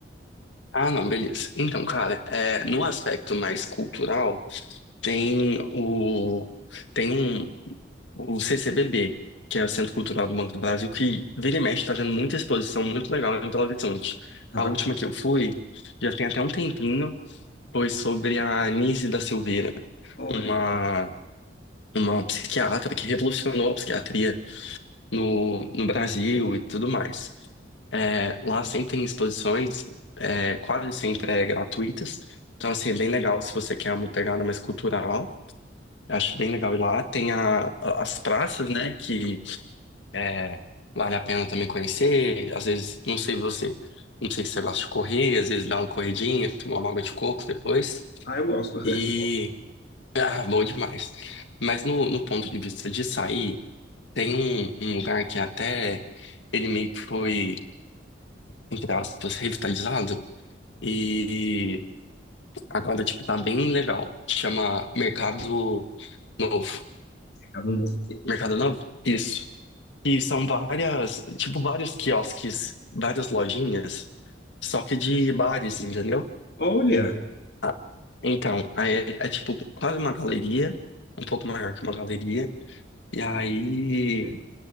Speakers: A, on the left; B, on the left.
A: Ah, não, beleza. Então, cara, é, no aspecto mais cultural, tem o... Tem um. o CCBB, que é o Centro Cultural do Banco do Brasil, que vira e mexe está tendo muita exposição muito legal em Belo Horizonte.
B: Ah,
A: A
B: bacana.
A: última que eu fui, já tem até um tempinho, foi sobre a Anísia da Silveira,
B: Olha,
A: uma, uma psiquiatra que revolucionou a psiquiatria no, no Brasil e tudo mais. É, lá sempre tem exposições, é, quase sempre é gratuitas, então assim, é bem legal se você quer uma pegada mais cultural. Acho bem legal ir lá. Tem a, a- as praças, né, que É, Vale a pena também conhecer. Às vezes, não sei você, não sei se você gosta de correr, às vezes dá uma corridinha, tomar uma água de coco depois.
B: ah, eu gosto. <laughs>
A: E. Ah, bom demais. Mas no, no ponto de vista de sair, tem um, um lugar que até ele meio que foi, entre aspas, revitalizado. E agora, tipo, tá bem legal. Chama Mercado Novo.
B: Mercado Novo Queijo.
A: Mercado Novo? Isso. E são várias, tipo, vários quiosques, várias lojinhas, só que de bares, entendeu?
B: Olha,
A: Ah, Então, aí é, é tipo quase uma galeria, um pouco maior que uma galeria, e aí